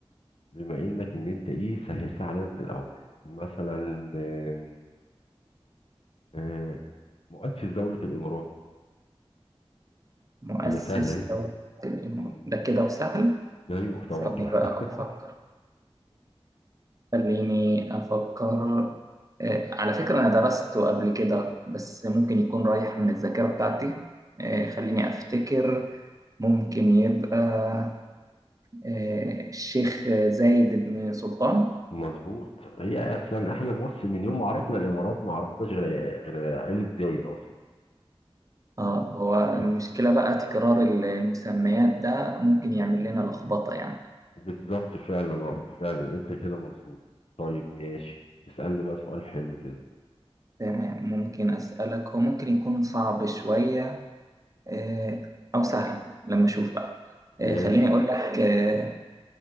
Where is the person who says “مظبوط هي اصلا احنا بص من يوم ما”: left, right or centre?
Left